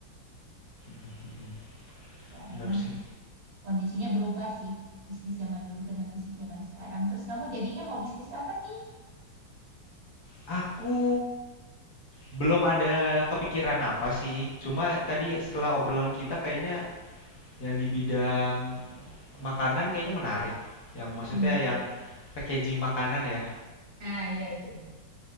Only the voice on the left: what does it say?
Mm-mm,
Bener
sih.
Aku belum ada kepikiran apa sih. Cuma tadi setelah obrolan kita kayaknya yang di bidang makanan kayaknya menarik. Yang
maksudnya yang packaging makanan ya.